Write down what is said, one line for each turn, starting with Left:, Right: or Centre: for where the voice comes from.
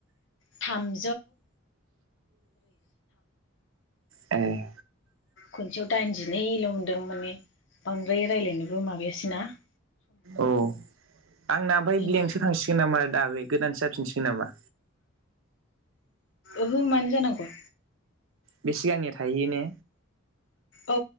Left: थाम
Right: <inaudible> एह।
Left: खनसेयाव दाइनजिनैल' मोन्दों माने बांद्राय रायज्लायनोबो माबायासै ना ।
Right: अ आंना
Left: बेखायनो
Right: ओमफाय ब्लेंकसो थांसिगोन नामा दा बे गोदानसो जा फिनसिगोन नामा?
Left: ओहो मानो जानांगौ
Right: बे सिगांनिया थाहैयो ने?
Left: औ